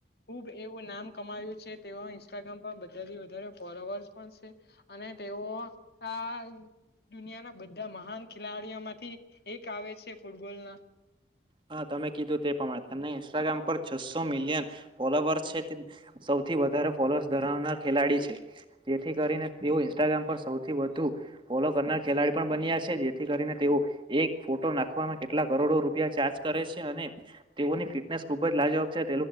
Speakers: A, on the left (about 65°); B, on the right (about 30°).
A: ખુબ એવું નામ કમાવ્યું તેવા ઇન્સ્ટાગ્રામ પર બધાથી ફોલોવર્સ પણ છે, અને તેઓ આ દુનિયાના બધા મહાન ખેલાડીઓ, માંથી એક આવે છે, ફૂટબોલ ના
B: હા, તમે કીધું તે પ્રમાણે તને ઇન્સ્ટાગ્રામ પર છસો મિલિયન ફોલોવર્સ છે, તે સૌથી વધારે ફોલોઅર્સ ધરાવનાર ખેલાડી છે. જેથી કરીને, તેઓ ઇન્સ્ટાગ્રામ પર સૌથી, વધ ફોલો કરનાર ખેલાડી પણ બન્યા છે, જેથી કરીને તેઓ એક ફોટો નાખવામા કેટલા કરોડો રૂ ર ચાર્જ કરે છે, અને તેઓની ફિટનેસ ખુબજ લાજવાક છે,